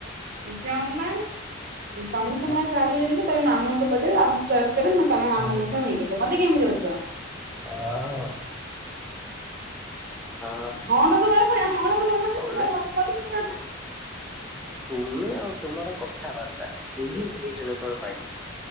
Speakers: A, on the right; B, in the centre.
A: ଜମା ତମେ
B: ହଁ
A: ତମର ଗାଡି ଆଣିବ ତମେ ମାମୁଁଙ୍କ ପଚାର ମାମୁଁ ଚଏସ୍ କରିବେ। ତମ
B: ଆଉ
A: ମାମୁଁଙ୍କୁ ନେଇକି ଯିବ ମୋତେ କାଇ ପଚାରୁଚ।
B: ନା ମୁଁ <inaudible> ହଁ
A: ହଁ ଲୋ <inaudible> ହଁ ଲୋ <inaudible> ପଚାରୁଚୁ।
B: ତମେ ତୁମେ ଆଉ ତୁମର କଥାବାର୍ତ୍ତା ତୁ ହିଁ ଦୁଇ ଜଣଙ୍କର ପାଇଁ।